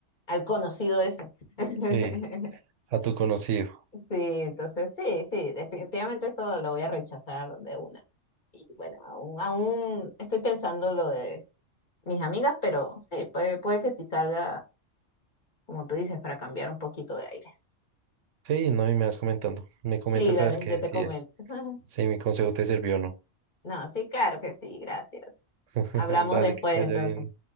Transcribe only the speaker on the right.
Sí, a tu conocido.
Sí, no, y me vas comentando. Me comentas
a ver qué
si
es,
si mi consejo te sirvió o no.
<laughs>
Dale,
que te vaya
bien.